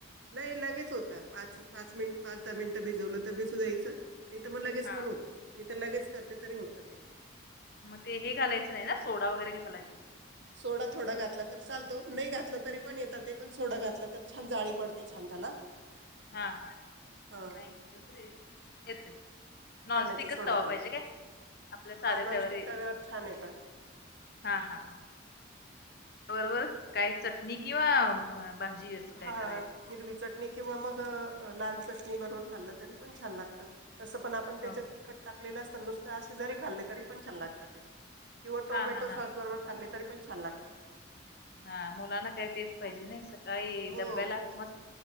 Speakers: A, on the right; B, on the left.
A: नाही लगेच होता पाच पाच मिनिटं पाच दहा मिनिटं भिजवलं तर भिजू द्यायचं नाही तर मग लगेच
B: हा.
A: पण होता मी तर लगेच करते तरी होतात ते
B: मग ते हे घालायचं नाही ना सोडा वगैरे घालायचं नाही?
A: सोडा थोडा घातला तर चालतो नाही घातलं तरी पण येतात ते पण सोडा घातला तर छान जाळी पडते छान त्याला
B: हा हा
A: हा
B: नाही कुठं तरी एक येतंय नॉनस्टिकच
A: खाण्याचा सोडा
B: तवा
A: घालायचा
B: पाहिजे काय आपल्या साध्या
A: हा नॉनस्टिक
B: तव्यावर?
A: छान येतात.
B: हा हा हा बरोबर काय चटणी किंवा भाजी असं
A: हां
B: काय करायचं
A: हिरवी चटणी किंवा मग अ लाल चटणी बरोबर खाल्लं तरी पण छान लागतं तसं पण आपण पण त्याच्यात
B: हो.
A: तिखट टाकलेलं असतं नुसतं असे जरी खाल्लं तरी पण छान लागतात ते किंवा टोमॅटो
B: हा हा हा
A: सॉस बरोबर खाल्ले तरीपण छान लागतात
B: हा मुलांना काय तेच पाहिजे नाही स काळी
A: हो
B: डब्याला मस्त